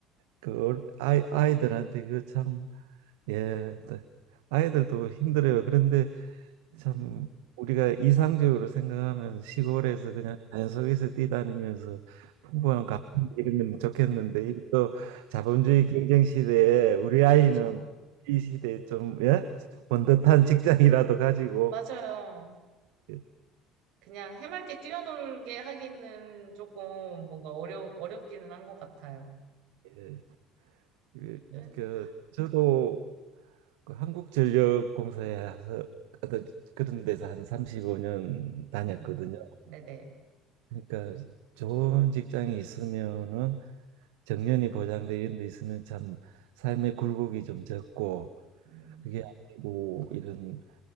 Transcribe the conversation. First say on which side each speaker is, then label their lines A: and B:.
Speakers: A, on the right; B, on the right.
A: 그 어리- 아이 아이들한테 그참 예, 또 아이들도 힘들어요. 그런데
B: 음,
A: 참 우리가 이상적으로 생각하면 시골에서
B: 네.
A: 그냥 자연 속에서 뛰다니면서 풍부한 감을 이루면 좋겠는데 이또 자본주의
B: 네.
A: 경쟁 시대에 우리 아이는
B: 그렇죠.
A: 이 시대에 좀 예? 번듯한 직장이라도 가지고
B: 맞아요.
A: 예,
B: 그냥 해맑게 뛰어놀게 하기는 조금 뭔가 어려, 어렵기는 한 것 같아요.
A: 예, 그,
B: 네.
A: 그 저도 그 한국전력공사에서 어떤 그런 데서 한 35년 다녔거든요.
B: 음, 네네.
A: 그러니까 좋은 직장이 있으면은 정년이 보장돼 이런 데 있으면 참 삶의 굴곡이 좀 적고
B: 음,
A: 그게 아니고 이런